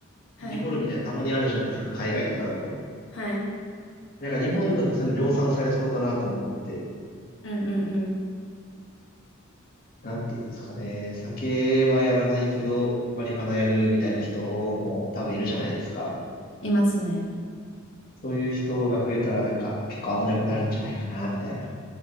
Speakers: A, on the left (about 60°); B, on the left (about 45°).
A: はい。
B: 事故るみたいなたまにあるじゃないですか、海外とかだと。
A: はい。
B: なんか日本だとそういうの量産されそうだなと思ってて、
A: うんうん
B: なんていうんですかね、酒はやらないけど、マリファナやるみたいな人も多分いるじゃないですか。
A: いますね。
B: そういう人が増えたらなんか結構危なくなるんじゃないかな、みたいな。